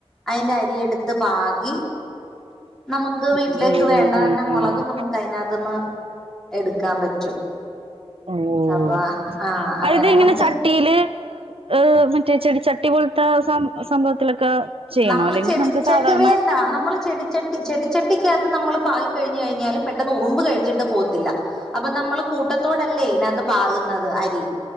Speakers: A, in the centre; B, on the right (about 65°).
A: അയ്ന്റെ അരി എടുത്ത് പാകി നമുക്ക് വീട്ടിലേക്ക്
B: ഉം ഉം
A: വേണ്ടതന്നെ
B: ഉം ഉം
A: മൊളകും നമുക്ക് അയിനാത്തുന്ന് എടുക്കാൻ പറ്റും
B: ഓ
A: അപ്പോ ആഹ് അങ്ങനെ
B: അത് ഇങ്ങനെ
A: നമുക്ക്
B: ചട്ടിയില് ഈഹ് മറ്റേ ചെടിച്ചട്ടി പോലത്തെ സം സംഭവത്തിലൊക്കെ ചെയ്യണോ
A: നമ്മള്
B: അല്ലെങ്കിൽ
A: ചെടിച്ചട്ടി
B: നമുക്ക് സാധാരണ
A: വേണ്ട നമ്മള് ചെടി ചട്ടി ചെടിച്ചട്ടിക്കകത്ത് നമ്മള് പാകി കഴിഞ് കഴിഞ്ഞാല് പെട്ടെന്ന് ഉറുമ്പ് കഴിച്ചിട്ട് പോകത്തില്ല അപ്പൊ നമ്മള് കൂട്ടത്തോടല്ലേ ഇതിനകത്ത് പാകുന്നത് അരി